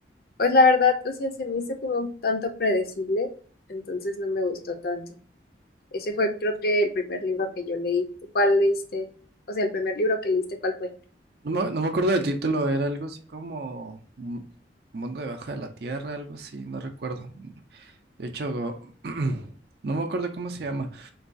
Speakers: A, on the left; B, on the right.
A: pues la verdad, o sea, se me hizo como un tanto predecible, entonces no me gustó tanto. Ese fue, creo que el primer libro que yo leí. ¿Cuál leíste? O sea, el primer libro que leíste, ¿cuál fue?
B: No me, no me acuerdo del título, era algo así como Mu- Mundo debajo de la Tierra, algo así, no recuerdo. De hecho, <clears throat> no me acuerdo cómo se llama,